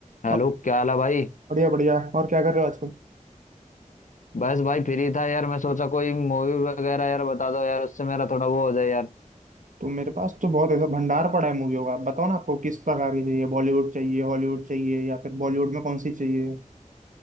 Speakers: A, on the left; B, on the right.
A: Hello
B: और
A: क्या हाल है भाई
B: बढ़िया बढ़िया और क्या कर रहे हो आजकल
A: बस भाई फ्री था यार मैं सोचा कोई मूवी वगैरह यार बता दो यार उससे मेरा थोड़ा वो हो जाए यार
B: तो मेरे पास तो बहुत ऐसा भंडार पड़ा है मूवियों का आप बताओ ना आपको किस प्रकार की चाहिए बॉलीवुड चाहिए हॉलीवुड चाहिए या फिर बॉलीवुड में कौन सी चाहिए